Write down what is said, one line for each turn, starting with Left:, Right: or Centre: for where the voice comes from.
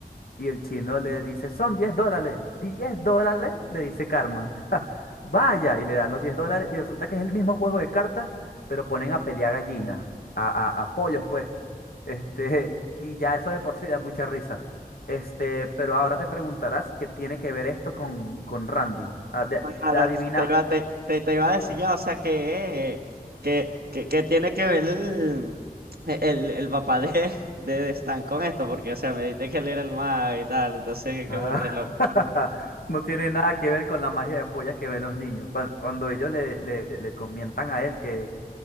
Left: y el chino le dice, son 10 dólares. diez dólares, le dice Carmen. <laughs> Vaya, y le dan los 10 dólares y resulta que es el mismo juego de cartas, pero ponen a pelear gallinas, a, a, a pollos, pues. Este, <laughs> y ya eso de por sí da mucha risa. Este, pero ahora te preguntarás qué tiene que ver esto con, con Randy. Ah, de-
Right: Claro,
Left: de- adivina.
Right: te iba, te, te, te iba a decir yo, o sea que, que, que, que tiene que ver el, el, el papá de, de Stan con esto, porque o sea, me dijiste que él era el mago y tal, entonces
Left: Ah,
Right: qué burde loco.
Left: <laughs> No tiene nada que ver con la magia de pollas que ven los niños. Cuan- Cuando, ellos le, le, le comentan a él que,